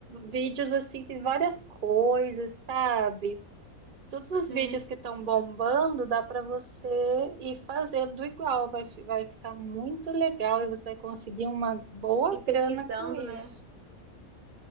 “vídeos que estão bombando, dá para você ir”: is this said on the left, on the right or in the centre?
Right